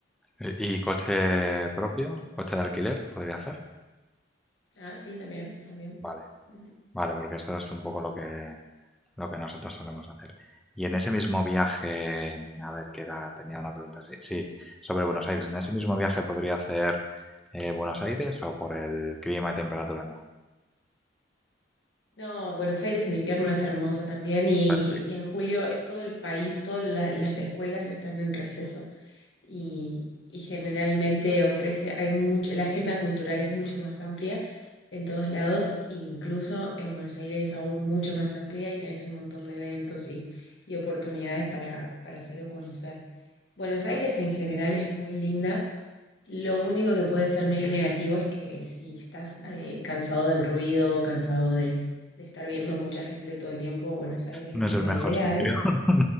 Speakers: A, in the centre; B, on the left.
A: ¿Y y coche propio? ¿Coche de alquiler? ¿Podría hacer?
B: Ah, sí, también, también.
A: Vale,
B: Ujú.
A: vale, porque esto es un poco lo que, lo que nosotros solemos hacer. Y en ese mismo viaje, a ver, que era, tenía una pregunta, sí, sí, sobre Buenos Aires. ¿En ese mismo viaje podría hacer eh, Buenos Aires o por el clima y temperatura no?
B: No, Buenos Aires en invierno es hermosa también y,
A: Per-
B: y en julio todo el país, todas la- las escuelas están en receso. y, y generalmente ofrece, hay mucho, la agenda cultural es mucho más amplia en todos lados, incluso en Buenos Aires es aún mucho más amplia y tenés un montón de eventos y, y oportunidades para, para hacer o conocer. Buenos Aires en general es muy linda. Lo único que puede ser medio negativo es que si estás eh, cansado del ruido, cansado de, de estar viendo mucha gente todo el tiempo, Buenos Aires
A: No
B: no es
A: es el
B: la
A: mejor
B: ideal
A: sitio. <laughs>